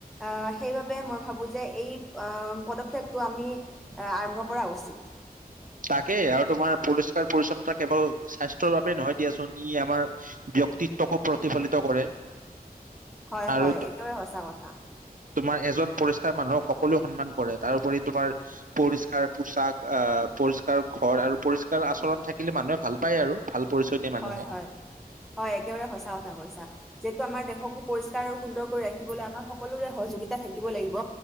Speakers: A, in the centre; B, on the right (about 60°).
A: অহ সেইবাবে মই ভাবো যে, এই অহ পদক্ষেপটো আমি আৰম্ভ কৰা উচিত।
B: তাকেই আৰু তোমাৰ পৰিষ্কাৰ-পৰিচ্ছন্নতা কেৱল স্বাস্থ্যৰ বাবে নহয় দিয়াচোন, ই আমাৰ ব্যক্তিত্বকো প্ৰতিফলিত কৰে।
A: হয়-হয়,
B: আৰু
A: একেবাৰে সঁচা কথা।
B: তোমাৰ এজন পৰিষ্কাৰ মানুহক সকলো সন্মান কৰে তাৰপৰি তোমাৰ পৰিস্কাৰ পোচাক, পৰিষ্কাৰ ঘৰ আৰু পৰিষ্কাৰ আচৰণ থাকিলে মানুহে ভাল পায় আৰু ভাল। পৰিচয় দিয়ে মানুহে
A: হয়-হয়-হয় একেবাৰে সঁচা কথা কৈছা যে। আমাৰ দেশকো পৰিষ্কাৰ আৰু সুন্দৰ কৰি ৰাখিবলৈ আমাৰ সকলোৰে সহযোগিতা থাকিব লাগিব,